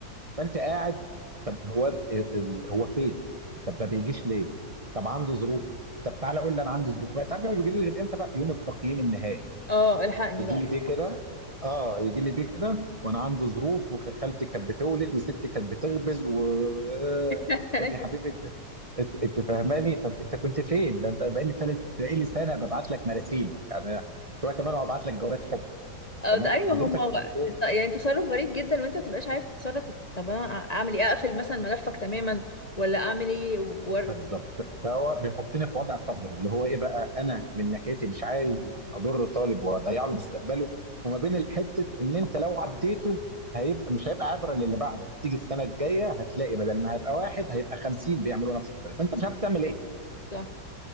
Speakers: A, on the right; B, on the left.
A: فانت قاعد طب هو ال- ال- هو فين؟ طب ما بيجيش ليه؟ طب عنده ظروف طب تعالى قول لي انا عندي ظروف بقى تعرف ما بيجيليش غير امتى بقى؟ يوم التقييم النهائي
B: اه الحقني
A: يجي
B: بقى
A: لي بيه كده اه يجي لي بيه كده وانا عندي ظروف وكان خالتي كانت بتولد وستي كانت بتخبز و آه،
B: <laughs>
A: طب يا حبيبي انت انت أنت فاهماني طب انت كنت فين ده انت بقالي ثلاث بقالي سنه ببعت لك مراسيل يعني شويه كمان وابعت لك جوابات حب
B: أو
A: تمام
B: ده ايوه
A: حضرتك
B: هما
A: كنت فين
B: ط- يعني تصرف غريب جدا وانت ما تبقاش عارف تتصرف طب انا اعمل ايه اقفل مثلا ملفك تماما ولا اعمل ايه ورد
A: بالظبط فهو بيحطني في وضع قذر اللي هو ايه بقى انا من ناحيتي مش عايز اضر طالب واضيع له مستقبله وما بين حته ان انت لو عديته هيبقى مش هيبقى عبره للي بعده هتيجي السنه الجايه هتلاقي بدل ما هيبقى واحد هيبقى 50 بيعملوا نفس الطريقه فانت مش عارف تعمل ايه
B: صح،